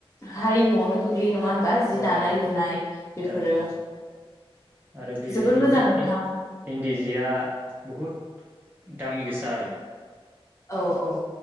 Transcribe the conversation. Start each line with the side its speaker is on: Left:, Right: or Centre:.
Left: हारि मुयावनो गोग्लैयो नङा होनबा जि
Right: औ
Left: दानाय
Right: औ
Left: लुनाय
Right: जि
Left: बेफोरो
Right: दानाय लुनाय आरो बे
Left: जोबोर
Right: इन्दि
Left: मोजां नोंथां
Right: इ इन्दि जिया बहु बहुद दाम गोसा आरो।
Left: औ औ